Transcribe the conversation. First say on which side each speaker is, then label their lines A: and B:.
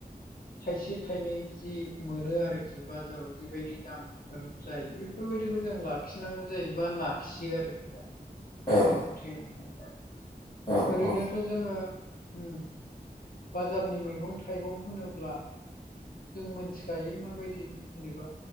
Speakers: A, on the left (about 65°); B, on the left (about 35°).
A: थाइसे थाइनै जि मोनो आरोखि बाजाराव जिबायदि दाम फोर जायो बेफोरबायदिखौ जों लाखिनांगौ जायोबा लाखियो आरोखि दा
B: औ
A: मैगं थाइगंखौ
B: औ
A: ओरैनोथ'
B: औ
A: जोङो उम बाजारनि मैगं थाइगं होनोब्ला जों मोनथिखायो माबायदि जेनेबा